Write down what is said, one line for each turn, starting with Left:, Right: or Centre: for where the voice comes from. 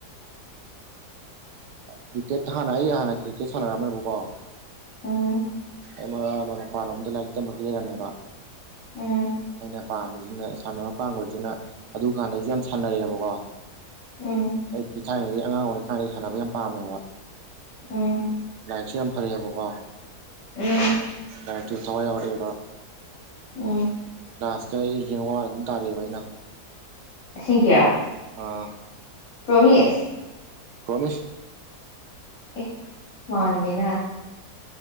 Right: ꯀ꯭ꯔꯤꯀꯦꯠ ꯍꯥꯟꯅ ꯑꯩ ꯍꯥꯟꯅ ꯀ꯭ꯔꯤꯀꯦꯠ ꯁꯥꯟꯅꯔꯝꯃꯦꯕꯀꯣ
Left: ꯎꯝ
Right: ꯑꯃ ꯃꯄꯥꯥꯟꯂꯣꯝꯗ ꯂꯥꯏꯔꯤꯛ ꯇꯝꯕꯒꯤ ꯂꯩꯔꯝꯃꯦꯕ
Left: ꯎꯝ
Right: ꯑꯩꯅ ꯄꯥꯝꯃꯤꯖꯤꯅ ꯁꯥꯟꯅꯕ ꯄꯥꯝꯒ꯭ꯔꯤꯖꯤꯅ ꯑꯗꯨ ꯀꯥꯟꯗ ꯑꯩꯖꯦ ꯌꯥꯝ ꯁꯥꯟꯅꯔꯛꯑꯦꯕꯀꯣ
Left: ꯎꯝ
Right: ꯑꯩꯄꯤ ꯊꯥꯏꯅꯗꯒꯤ ꯑꯉꯥꯡ ꯑꯣꯏꯔꯤꯀꯥꯟꯗ ꯁꯥꯟꯅꯕ ꯌꯥꯝ ꯄꯥꯝꯃꯦꯕ
Left: ꯎꯝ
Right: ꯂꯥꯏꯔꯤꯛꯁꯨ ꯌꯥꯝ ꯐꯔꯑꯦꯕꯀꯣ
Left: ꯎꯝ
Right: ꯂꯥꯏꯔꯤꯛꯇꯨ ꯊꯋꯥꯏ ꯌꯥꯎꯔꯛꯑꯦꯕ
Left: ꯎꯝ
Right: ꯀ꯭ꯂꯥꯁꯇ ꯑꯩꯖꯦ ꯔꯦꯡ ꯋꯥꯟ ꯑꯗꯨꯝ ꯇꯥꯔꯛꯑꯦꯕ ꯑꯩꯅ
Left: ꯑꯁꯦꯡ ꯀꯤ
Right: ꯑꯥ
Left: ꯄ꯭ꯔꯣꯃꯤꯁ
Right: ꯄ꯭ꯔꯣꯃꯤꯁ
Left: ꯑꯦ ꯃꯥꯟꯗꯦꯅ